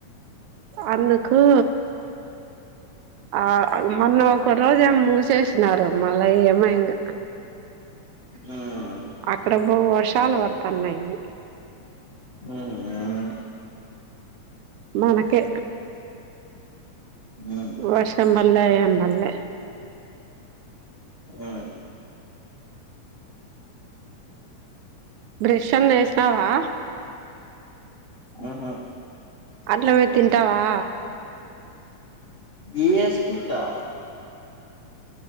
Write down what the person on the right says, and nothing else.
అందుకు ఆ మొన్న ఒక రోజు ఏమో మూసేసినారు మళ్ళా ఏమో ఇంగ
అక్కడ బా వర్షాలు పడుతన్నాయి
మనకే
వర్ష పల్లే ఏం పల్లె
బ్రష్అన్ చేసినావా
అట్లమే తింటావా